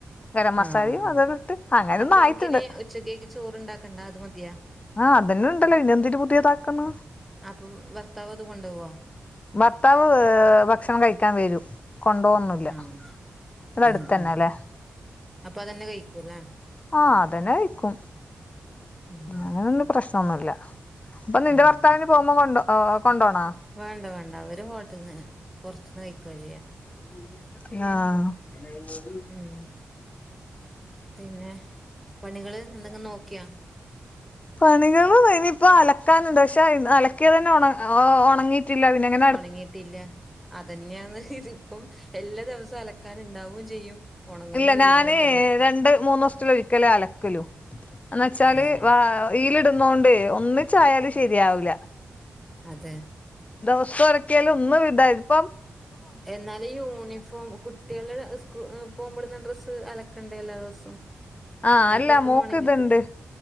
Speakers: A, on the left; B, in the centre.
A: ഗരം മസാലയും
B: ആഹ്
A: വതൊട്ട് അങ്ങനെന്നും
B: അപ്പൊ എനിക്കിനി
A: ആയിട്ടുണ്ട്
B: ഉച്ചക്കേക്ക് ചോറുണ്ടാക്കണ്ട അത് മതിയാ
A: അഹ് അതന്നെ ഉണ്ടല്ലോ പിന്നെ എന്തിന് പുതിയതാക്കുന്നു
B: അപ്പം ഭർത്താവ് അത് കൊണ്ടു വോ
A: ഭർത്താവ് ഭക്ഷണം കഴിക്കാൻ വരൂ കൊണ്ടവന്നു ല്ല
B: ആഹ്
A: ഇവിടെ
B: ഉം
A: അടുത്ത് തന്നെ
B: ഉം
A: അല്ലേ
B: അപ്പൊ അതന്നെ <unintelligible>
A: അഹ് അതന്നെ കയിക്കും
B: ഉം
A: അങ്ങനൊന്നും പ്രശ്നംന്നുല്ല അപ്പൊ നിന്റെ
B: ആഹ്
A: ഭർത്താവിന് പോകുമ്പോ കൊ കൊണ്ടോണോ
B: വേണ്ട വേണ്ട അവര് ഹോട്ടലിന് പുറത്തുന്ന് കഴിക്കുകവാ ചെയ്യാം
A: അഹ്
B: ഉം പിന്നെ പണികള് എന്തെങ്കും നോക്കിയാ
A: പണികൾ കയിഞ്ഞ് യിപ്പോ അലക്കാനുണ്ട് പക്ഷെ അലക്കിയ തന്ന ഉണങ്ങി റ്റില്ല <unintelligible>
B: ഉണങ്ങിട്ടില്ല അതന്നെയാന്ന് ഇതി ഇപ്പം എല്ലാ ദിവസവും അലക്കാനണ്ടാവും ചെയ്യും ഒണങ്ങുന്നുല്ലാന്നുള്ള
A: ഇല്ല ഞാന്
B: അവസ്ഥ
A: രണ്ട് മൂന്ന ദിവസൽ ഒരിക്കലേ അലക്കലു എന്ന വെച്ചാല്
B: ഏഹ്
A: വ യിൽ ഇടുന്നോണ്ട് ഒന്നിച്ചായാലും ശരിയാവൂല്ല
B: അതെ
A: ദിവസം ഇരക്കിയാലും ഒന്നുംവിട ഇപ്പം
B: എന്നാല ഈ യൂണിഫോം കു കുട്ടിയാൾ സ്കൂ പോകുമ്പോടുന്ന ഡ്രസ്സ് അലക്കണ്ടേ എല്ലാ ദിവസവും
A: ആഹ്
B: അത്
A: അല്ല
B: പെട്ടെന്ന്
A: മോക്ക്
B: ഉണങ്ങി
A: ഇതുണ്ട്
B: കിട്ടും